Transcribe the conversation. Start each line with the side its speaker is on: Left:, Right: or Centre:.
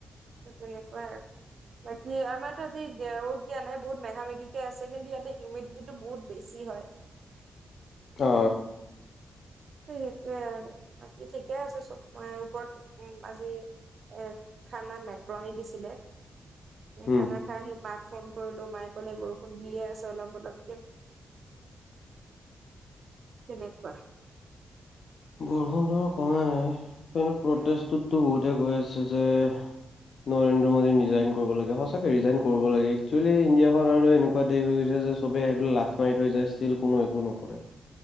Right: ত তেনেকুৱাই আৰু বাকী আমাৰতো আজি ৰ'দ দিয়া নাই বহুত মেঘা মেগিকে আছে কিন্তু ইয়াতে হিউমিডিটি টো বহুত বেছি হয়। <inaudible>
Left: অ
Right: সেই সেইটোৱে আৰু বাকী ঠিকে আছে চব ওপৰত উ আজি এ খানা মেক্ৰণী দিছিলে।
Left: হম।
Right: খানা খাই আহি মাক ফোন কৰিলো মায়ে কলে, বৰষুণ দিয়ে আছে অলপ অলপকে। তেনেকুৱা
Left: বৰষুণটো কমাই নাই। কিন্তু প্ৰটেষ্টটোততো
Right: উম
Left: বহুতেই কৈ আছে যে
Right: <inaudible>
Left: নৰেন্দ্ৰ মোডী ৰিজাইন কৰিব লাগে সচাকে ৰিজাইন কৰিব লাগে একচুৱেলি ইণ্ডিয়াখন আৰু এনেকুৱা দেশ হৈ গৈছে যে চবে আহি লাট মাৰি থৈ যায় ষ্টিল কোনো একো নকৰে